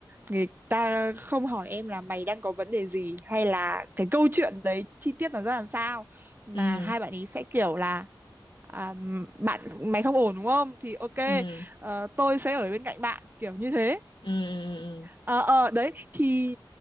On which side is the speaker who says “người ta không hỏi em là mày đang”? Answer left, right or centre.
Right